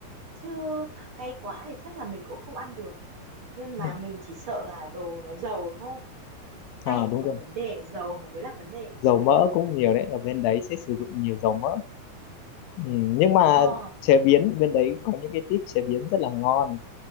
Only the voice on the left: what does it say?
Ừ.
À
đúng
rồi.
Dầu mỡ cũng nhiều đấy. Ở bên đấy sẽ sử dụng nhiều dầu mỡ. Ừ, nhưng mà
chế biến bên đấy có những cái tip chế biến rất là ngon.